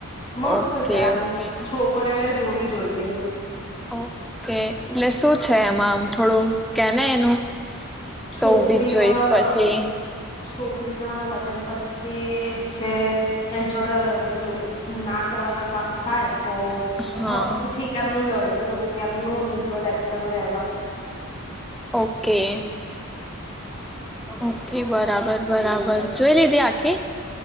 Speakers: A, on the left (about 30°); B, in the centre.
A: મસ્ત
B: ઓકે
A: છે આમ.
B: ઓકે
A: છોકરીઓ એ જોવી જોઈએ.
B: ઓકે એટલે શું છે એમાં આમ થોડું કેને એનું.
A: છોકરીમાં
B: તો હું બી જોઈશ પછી.
A: છોકરી ના લગન પછી જે છે. એન જોડે પેલું ના કરવાના કામ થાય તો
B: હા
A: હકથી કેમનું લડવું વુંને કેમનું લીગલ એક્શન લેવાય
B: ઓકે. ઓકે. બરાબર-બરાબર જોઈ લીધી આખી?